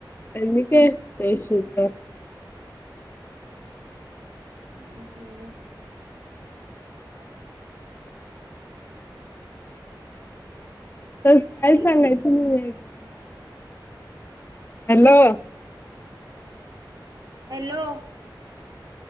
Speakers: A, on the left; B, on the right.
A: आणि काय त्या शेतात <unintelligible>
B: हम्म हम्म. <unintelligible>
A: तरस काय
B: हॅलो.
A: सांगायचं वेगळं. हॅलो
B: हॅलो